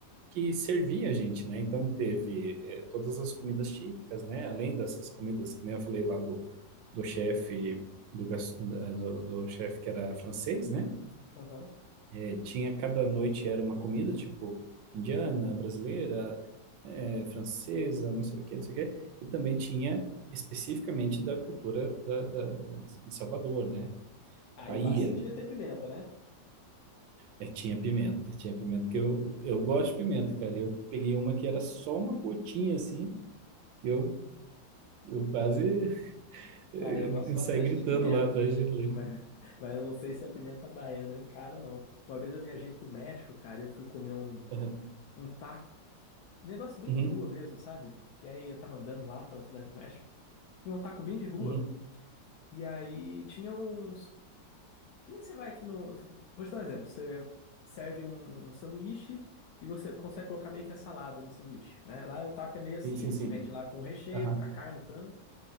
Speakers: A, on the right; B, on the left.
A: que servia a gente, né? Então teve é, todas as comidas típicas, né? Além dessas comidas que nem eu falei lá do, do chefe do, gas- da- do, do chefe que era francês, né?
B: Aham.
A: É, tinha cada noite era uma comida tipo indiana, brasileira, é, francesa, não sei o quê, não sei o quê. E também tinha especificamente da cultura da, da, da- de Salvador, né?
B: Aí
A: Da Bahia.
B: lá sim devia ter pimenta, né?
A: É, tinha pimenta, tinha pimenta que
B: O...
A: eu, eu gosto de pimenta, cara. Eu peguei uma que era só uma gotinha assim, e eu, eu quase <laughs> eh,
B: Cara, eu gosto bastante
A: saí gritando
B: de pimenta.
A: lá atrás de
B: <laughs>
A: leite.
B: Mas, mas eu não sei se a pimenta baiana eu encaro, não. Uma vez eu viajei pro México, cara, e eu fui comer um,
A: Aham.
B: um taco. Um negócio bem
A: Uhum.
B: de rua mesmo, sabe? Que aí eu tava andando lá pela cidade do México. Comi um taco bem de rua.
A: Uhum.
B: E aí tinha uns. Que nem você vai aqui no. Vou te dar um exemplo. Você serve um, um sanduíche e você consegue colocar meio que a salada no sanduíche, né? Lá o taco é meio assim.
A: Sim, sim,
B: Ele
A: sim.
B: te vende lá com o recheio,
A: Aham.
B: a carne, o frango.